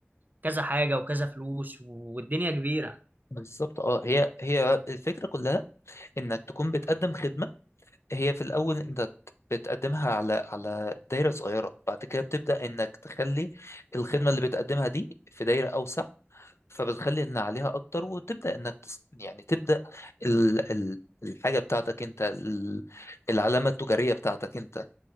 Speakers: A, on the right; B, on the left.
A: كذا حاجة وكذا فلوس والدنيا كبيرة
B: بالظبط اه هي هي الفكره كلها انك تكون بتقدم خدمه هي في الاول انت بتقدمها على على دايره صغيره بعد كده بتبدا انك تخلي الخدمه اللي بتقدمها دي في دايره اوسع فبتخلي ان عليها اكتر وتبدا انك تس... يعني تبدا ال... ال... الحاجه بتاعتك انت ال... العلامه التجاريه بتاعتك انت